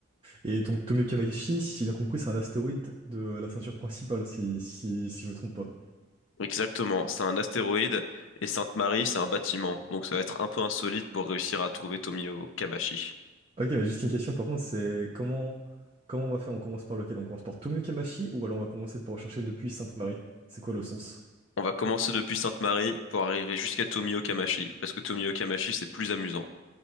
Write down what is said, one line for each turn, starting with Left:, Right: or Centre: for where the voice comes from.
Right: Et donc, Tomio Kamakashi, si j'ai bien compris, c'est un astéroïde de la ceinture principale, si, si, si je me trompe pas.
Left: Exactement, c'est un astéroïde, et Sainte-Marie, c'est un bâtiment, donc ça va être un peu insolite pour réussir à trouver Tomio Kamachi.
Right: Ok, mais juste une question par contre, c'est comment, comment on va faire? On commence par lequel? On commence par Tomio Kamashi ou alors on va commencer par chercher depuis Sainte-Marie? C'est quoi le sens?
Left: On va commencer depuis Sainte-Marie pour arriver jusqu'à Tomio Kamachi, parce que Tomio Kamachi, c'est plus amusant.